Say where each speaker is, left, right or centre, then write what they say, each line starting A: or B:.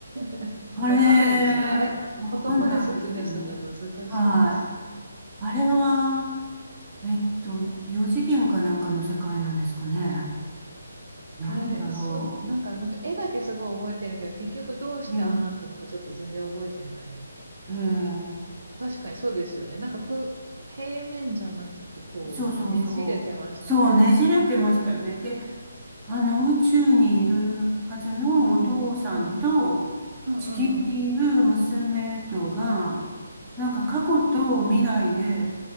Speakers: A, on the right (about 60°); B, on the right (about 15°).
A: <laughs>
B: あれ、
A: わかんないですね。あれ、なんか言葉で説明するのは難しいです。
B: わかんないですよね。はい。あれは、えっと、四次元かなんかの世界なんですかね。なんだろ
A: あれ、そう、なんか、なんか絵だけすごい覚えてるけど、結局どうしてああなったのかちょっと全然覚えてない。
B: う。ええ、ええ、
A: 確かにそうですよね。なんかく、平面じゃなくて、こう、
B: そうそうそう。
A: ねじれてましたよね。
B: そう、ねじれてましたよね。
A: なんか、
B: で、あの、宇宙にいるはずのお父さんと
A: うん、うん、うん、
B: 地球にいる娘とが、
A: うん、うん。
B: なんか過去と未来で、
A: あ